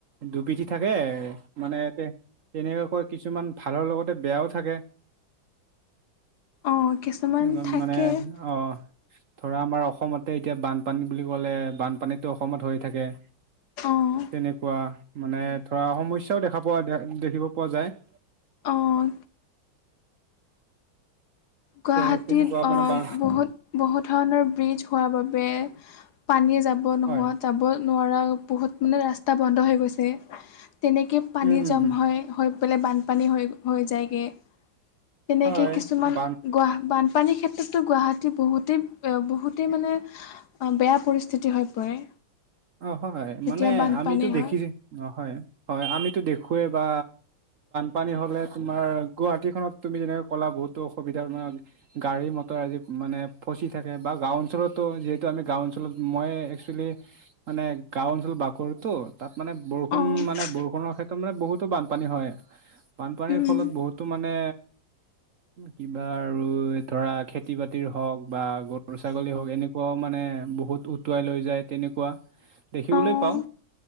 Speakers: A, on the right; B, on the left.
A: দুপিঠি থাকে, মানে তেনেকুৱাকৈ কিছুমান ভালৰ লগতে বেয়াও থাকে।
B: অ', কিছুমান
A: একদম
B: থাকে
A: মানে অ'! ধৰা আমাৰ অসমতে এতিয়া বানপানী বুলি ক'লে বানপানীতো অসমত হৈয়ে থাকে।
B: অ',
A: তেনেকুৱা মানে ধৰা সমস্যাও দেখা পোৱা দে-দেখিব পোৱা যায়। <inaudible>
B: অ', গুৱাহাটীত
A: এ তেনেকুৱা
B: অ'
A: মানে বা
B: বহুত বহু ধৰণৰ ব্ৰিজ হোৱাৰ বাবে পানীয়ে যাব নোহোৱাত
A: হয়
B: যাব নোৱাৰা বহুত মানে ৰাস্তা বন্ধ হৈ গৈছে। তেনেকে পানী
A: উম উম
B: জমা
A: উম
B: হয়, হৈ পেলাই বানপানী হৈ হৈ যায়গে। তেনেকেই
A: হয়
B: কিছুমান
A: বান
B: গুৱা-বানপানীৰ ক্ষেত্ৰততো গুৱাহাটী বহুতেই বহুতেই মানে অ' বেয়া পৰিস্থিতি হৈ পৰে।
A: অ' হয়
B: যেতিয়া
A: মানে
B: বানপানী
A: আমিতো
B: হয়
A: দেখিছো অ, হয় হয়, আমিতো দেখোৱেই বা পানী হ'লে তোমাৰ গুৱাহাটীখননত তুমি যেনেকে কলা বহুতো অসুৱিধা মানে গাড়ী মটৰ আজি মানে ফচি থাকে বা গাওঁ অঞ্চলতো যিহেতু আমি গাও অঞ্চলত মই তুমি মানে গাঁও অঞ্চল বাকৰিতো তাত মানে বৰষুণ
B: অঁ
A: মানে বৰষুণৰ ক্ষেত্ৰত মানে বহুতো বান বানপানী হয়। বানপানীৰ
B: উম
A: ফলত বহুতো মানে কিবা আৰু ধৰা খেতি বাতিৰ হওঁক বা গৰু ছাগলী হওঁক এনেকুৱাও মানে বহুত উটুৱাই লৈ যায় তেনেকুৱা দেখিবলৈ
B: অঁ
A: পাওঁ।